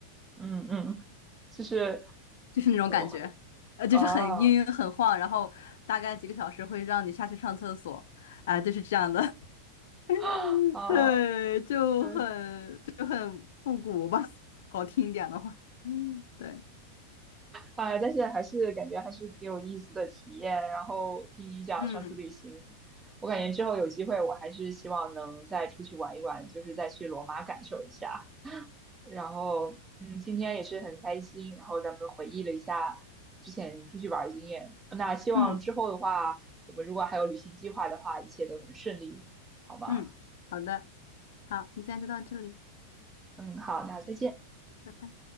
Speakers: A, on the right (about 15°); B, on the left (about 55°).
A: 嗯嗯，就是
B: 就是那种感觉，
A: 呃会
B: 呃，就是很晕很晃，
A: 啊
B: 然后大概几个小时会让你下去上厕所，啊、就是这样的，
A: <gasps>
B: <laughs>
A: 啊，
B: 对，就很就很复古吧，
A: 对。
B: 好听一点的话，对，
A: 啊，但是还是感觉还是挺有意思的体验。然后听你讲上次旅行，
B: 嗯
A: 我感觉之后有机会，我还是希望能再出去玩一玩，就是再去罗马感受一下。然后，嗯，今天也是很开心，然后咱们回忆了一下之前出去玩的经验。那希望之后的话，
B: 嗯
A: 我们如果还有旅行计划的话，一切都能顺利，好吗？
B: 嗯，好的，好，你今天就到这里，
A: 嗯，好，那再见。
B: 拜拜。